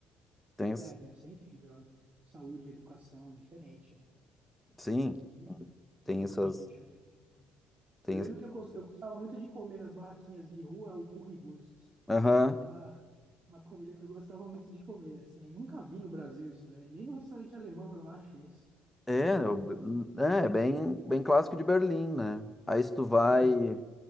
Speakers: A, in the centre; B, on the right.
A: tem, esse-
B: É, deve ser incrível, né? Saúde, educação, diferente, né?
A: sim,
B: Aqui, totalmente
A: tem essas,
B: deixa de ser.
A: tem
B: Eu lembro
A: esse-
B: que eu, gos- eu gostava muito de comer nas barraquinhas de rua o currywurst.
A: Aham.
B: Era uma, uma comida que eu gostava muito de comer, assim. Nunca vi no Brasil isso daí, nem no restaurante alemão eu acho isso.
A: É,
B: É tão bom.
A: eu-
B: eu gosto
A: é,
B: muito.
A: é bem, bem clássico de Berlim, né? Aí se tu vai,
B: É,